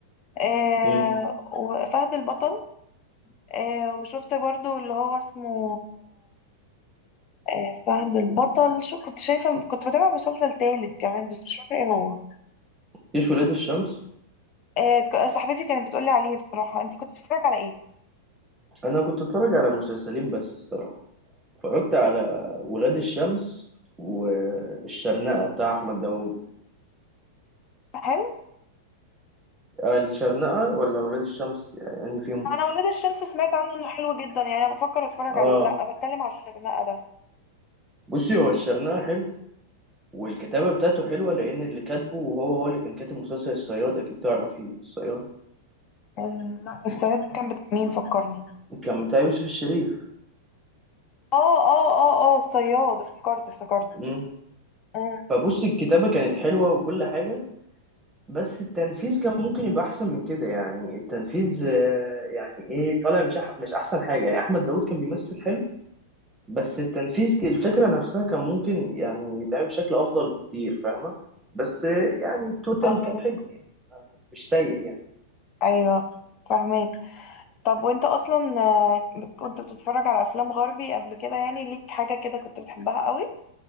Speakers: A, on the left; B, on the right.
A: آه،
B: امم
A: وفهد البطل آه، وشفت برضو اللي هو اسمه آه، فهد البطل شو كنت شايفه كنت بتابع مسلسل تالت كمان بس مش فاكره ايه هو
B: جيش ولاد الشمس
A: آه، ك- صاحبتي كانت بتقولي عليه بصراحه انت كنت بتتفرج على ايه
B: انا كنت اتفرج على مسلسلين بس الصراحه اتفرجت على ولاد الشمس والشرنقة بتاع احمد داوود
A: حلو
B: آه الشرنقة ولا ولاد الشمس يعني فيهم
A: انا ولاد الشمس سمعت عنه انه حلو جدا يعني انا بفكر اتفرج
B: اه
A: عليه لا بتكلم على الشرنقة ده
B: بصي هو الشرنقة حلو والكتابة بتاعته حلوة لأن اللي كاتبه وهو هو اللي كان كاتب مسلسل الصياد أكيد تعرفي الصياد
A: آه، لا الصياد ده كان بتاع مين فكرني
B: كان بتاع يوسف الشريف
A: اه اه اه اه الصياد افتكرت افتكرت
B: مم.
A: امم
B: فبصي الكتابة كانت حلوة وكل حاجة بس التنفيذ كان ممكن يبقى احسن من كده يعني التنفيذ آه، يعني ايه طالع مش أح مش احسن حاجه يعني احمد داود كان بيمثل حلو بس التنفيذ ك- الفكره نفسها كان ممكن يعني يتعمل بشكل افضل بكتير فاهمه بس آه، يعني التوتال
A: فاهمة
B: كان حلو يعني مش سيء يعني
A: ايوه فاهمك طب وانت اصلا آه، كنت بتتفرج على افلام غربي قبل كده يعني ليك حاجة كده كنت بتحبها قوي